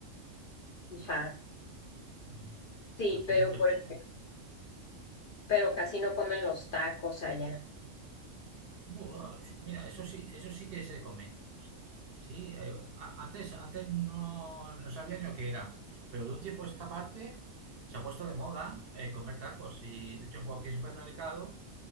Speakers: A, on the left (about 60°); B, on the right (about 60°).
A: Ajá.
B: Mm.
A: Sí,
B: Aquí,
A: pero
B: pues,
A: por ej- pero casi no comen los tacos allá.
B: Buah, sí, mira, eso sí, eso sí que se come. Sí, eh, a- antes, antes no, no sabía ni lo que eran, pero de un tiempo a esta parte se ha puesto de moda eh, comer tacos y de hecho en cualquier supermercado